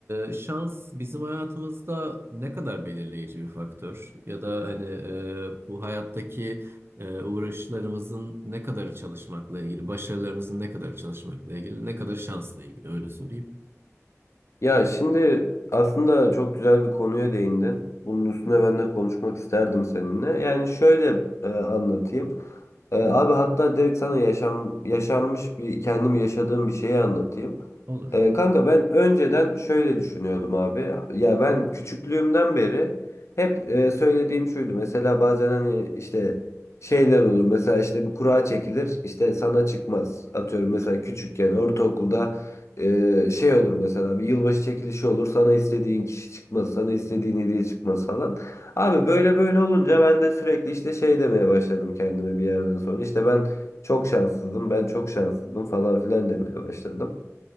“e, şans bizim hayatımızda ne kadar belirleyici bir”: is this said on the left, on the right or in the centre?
Right